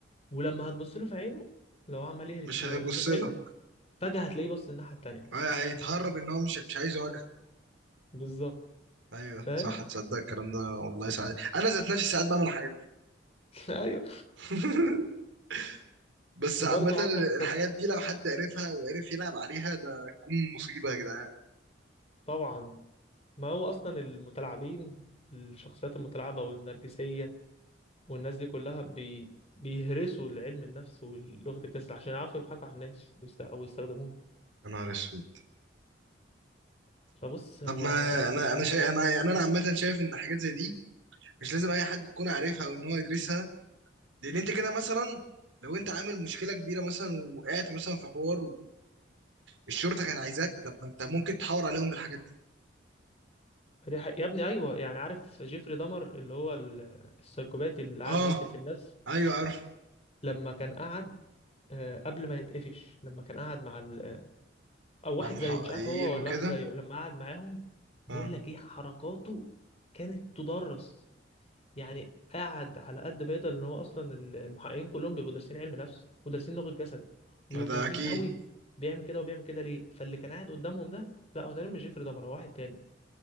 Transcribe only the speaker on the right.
مش
هيبص
لك
ايوه هيتهرب ان هو مش مش عايز يواجهك
ايوه
صح تصدق الكلام ده والله ساعات انا ذات نفسي ساعات بعمل الحاجات دي
<laughs> بس
عامة
الحاجات دي لو حد عرفها وعرف يلعب عليها ده تكون مصيبة يا جدعان
يا نهار اسود
طب
ما انا انا
شايف انا يعني انا عامه شايف ان حاجات زي دي مش لازم اي حد يكون عارفها او ان هو يدرسها لان انت كده مثلا لو انت عامل مشكله كبيره مثلا وقعت مثلا في حوار والشرطه كانت عايزاك طب ما انت ممكن تحاور عليهم بالحاجات دي
اه
ايوه عارف
مع المحققين
وكده
اه
ما ده
اكيد